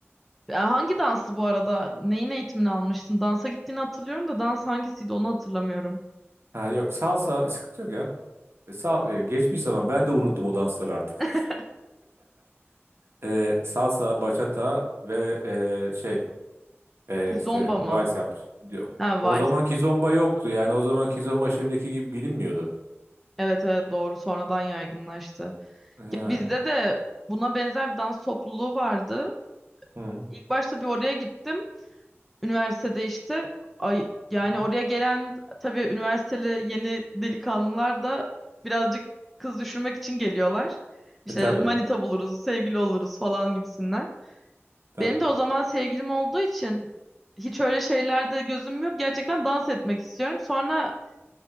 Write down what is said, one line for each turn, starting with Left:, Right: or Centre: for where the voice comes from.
Centre: E, Hangi dansı bu arada? Neyin eğitimini almıştın? Dansa gittiğini hatırlıyorum da dans hangisiydi onu hatırlamıyorum.
Right: Ha yok salsa sıkıntı yok ya. E, sal, ya geçmiş zaman ben de unuttum o dansları artık.
Centre: <laughs>
Right: <laughs> E, salsa, bachata ve e, şey E, işte
Centre: Zomba
Right: vals
Centre: mı?
Right: yapmış. Yok.
Centre: Ha
Right: O
Centre: vals.
Right: zaman kizomba yoktu. Yani o zaman kizomba şimdiki gibi bilinmiyordu.
Centre: Evet evet doğru sonradan yaygınlaştı.
Right: Yani.
Centre: Ya bizde de buna benzer bir dans topluluğu vardı.
Right: Hı hı.
Centre: İlk başta bir oraya gittim. Üniversitede işte ay yani
Right: hı.
Centre: oraya gelen tabii üniversiteli yeni delikanlılar da birazcık kız düşürmek için geliyorlar. İşte
Right: E tabii.
Centre: manita buluruz, sevgili oluruz falan gibisinden.
Right: Tabii.
Centre: Benim de o zaman sevgilim olduğu için hiç öyle şeylerde gözüm yok. Gerçekten dans etmek istiyorum. Sonra